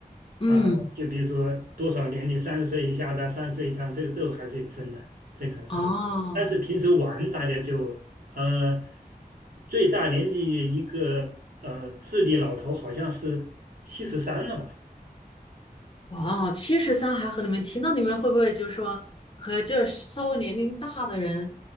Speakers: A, on the left; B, on the right.
A: 嗯。
B: 啊，就比如说多少年龄，三十岁以下的，三十岁以上，这个这个还是有分的，这个还分。
A: 哦，
B: 但是平时玩大家就呃，最大年纪一个呃智力老头好像是七十三了吧。
A: 哇，七十三还和你们提，那你们会不会就是说和就是稍微年龄大的人